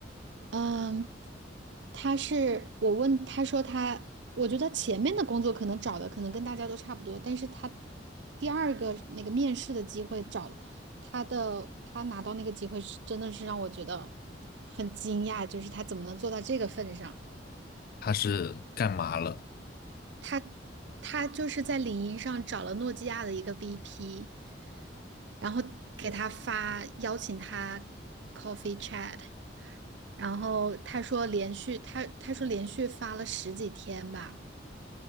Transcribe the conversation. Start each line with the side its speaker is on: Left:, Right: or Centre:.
Right: 嗯，他是我问他说他，我觉得前面的工作可能找的可能跟大家都差不多，但是他第二个那个面试的机会找他的，他拿到那个机会是真的是让我觉得很惊讶，就是他怎么能做到这个份上？
Left: 他是干嘛了？
Right: 他。他就是在领英上找了诺基亚的一个 VP，然后给他发邀请他 coffee chat，然后他说连续他他说连续发了十几天吧，